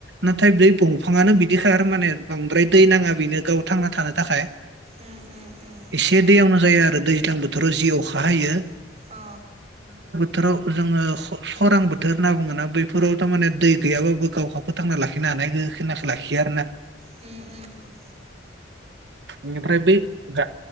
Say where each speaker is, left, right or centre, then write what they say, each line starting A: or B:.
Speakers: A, on the right (about 60°); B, on the right (about 30°).
A: नाथाय बै दंफाङानो बि बिदिखा माने बांद्राय दै नाङा बेनो गाव थांना थानो थाखाय
B: उम उम उम
A: <inaudible> एसे दैयावनो जायो आरो दैज्लां बोथोराव जि अखा हायो।
B: अ
A: थोराव जोङो खरां बोथोर होनना बुङोना बैफोराव थारमाने दै गैयाबाबो गावखौ फोथांना लाखिनो हानाय गोहोखेनाखो ला खि आरो ना
B: उम उम उम
A: ओमफ्राय बै गा